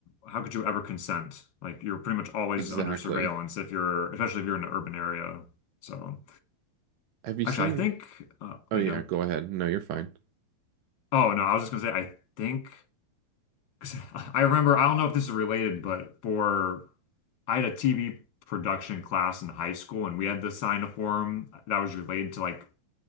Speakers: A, on the left (about 50°); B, on the right (about 75°).
A: how could you ever consent? Like you're pretty much always
B: Exactly.
A: under surveillance if you're, especially if you're in an urban area. So
B: Have you seen
A: Actually, I think. Uh,
B: Oh
A: wait,
B: yeah,
A: yeah.
B: go ahead. No, you're fine.
A: Oh no, I was just gonna say I think because <laughs> I remember. I don't know if this is related, but for I had a TV production class in high school, and we had to sign a form that was related to like